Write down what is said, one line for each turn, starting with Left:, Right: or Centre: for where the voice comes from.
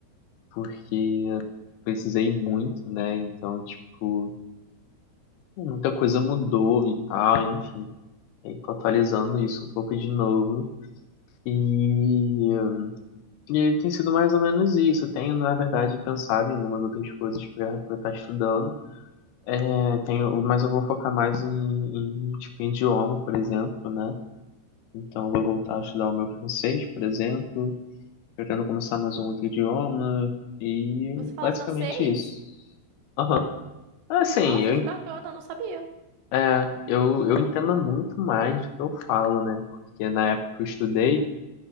Left: porque eu precisei muito, né? Então, tipo, muita coisa mudou e tal, enfim. E aí tô atualizando isso um pouco de novo. E, e tem sido mais ou menos isso. Eu Tenho, na verdade, pensado em algumas outras coisas para estar estudando. É, tenho, mas eu vou focar mais em, em, tipo, em idioma, por exemplo, né? Então, eu vou voltar a estudar o meu francês, por exemplo. Pretendo começar mais um outro idioma. E
Right: Você fala
Left: basicamente
Right: francês?
Left: isso. Aham. Assim,
Right: Nossa,
Left: eu,
Right: que bacana, eu não sabia.
Left: é, eu, eu entendo muito mais do que eu falo, né? Porque na época que eu estudei,